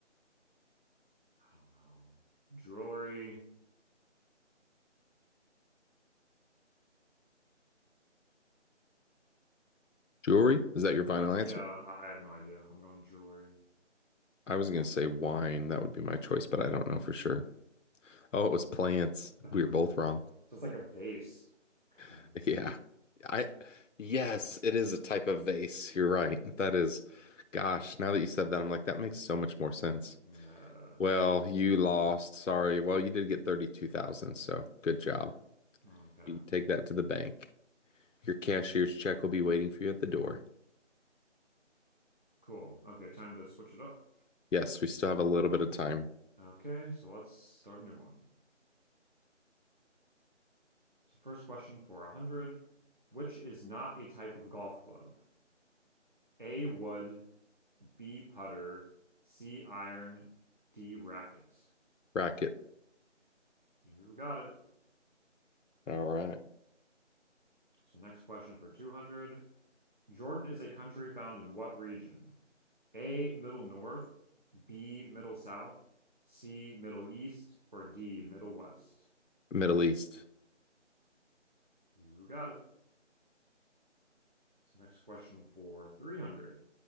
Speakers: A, on the right; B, on the left.
A: don't know. Jewelry.
B: Jewelry? Is that your final
A: Yeah,
B: answer?
A: yeah. I I have no idea. I'm going jewelry. <laughs>
B: I was going to say wine. That would be my choice, but I don't know for sure. Oh, it was plants.
A: So
B: We were both wrong.
A: it's like a vase. Okay.
B: <laughs> Yeah. I, yes, it is a type of vase. You're right. That is, gosh, now that you said that, I'm like, that makes so much more sense.
A: Yeah.
B: Well, you lost. Sorry. Well, you did get 32,000, so good job.
A: Okay,
B: You can take that to the bank. Your cashier's check will be waiting for you at the door.
A: cool. Okay, time to switch it up.
B: Yes, we still have a little bit of time.
A: Okay, so let's start a new one. So first question for 100. Which is not a type of golf club? A wood, B putter, C iron, D racket.
B: Bracket.
A: You got it.
B: All right.
A: So next question for 200. Jordan is a country found in what region? A Middle North, B Middle South, C Middle East, or D Middle West?
B: Middle East.
A: You got it. So next question for 300.